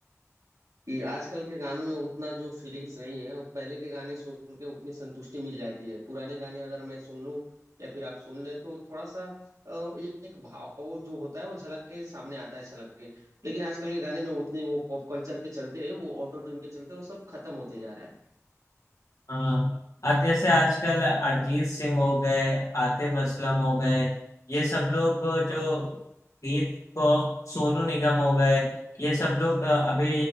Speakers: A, on the right; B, on the left.
A: कि आजकल के गानों में उतना जो फीलिंग्स नहीं है वो पहले के गाने सुन के उतनी संतुष्टि मिल जाती है पुराने गाने अगर मैं सुन लूं या फिर आप सुन ले तो थोड़ा सा अ, एक भाव जो होता है वो झलक के सामने आता है छलक के लेकिन आजकल के गाने में उतनी वो पॉप कल्चर के चलते वो ऑटो ट्यून के चलते वो सब खत्म होते जा रहा है
B: हाँ अब जैसे आजकल अरिजीत सिंह हो गए आतिफ असलम हो गए ये सब लोग जो
A: हाँ
B: गीत को सोनू निगम हो गए ये सब लोग अभी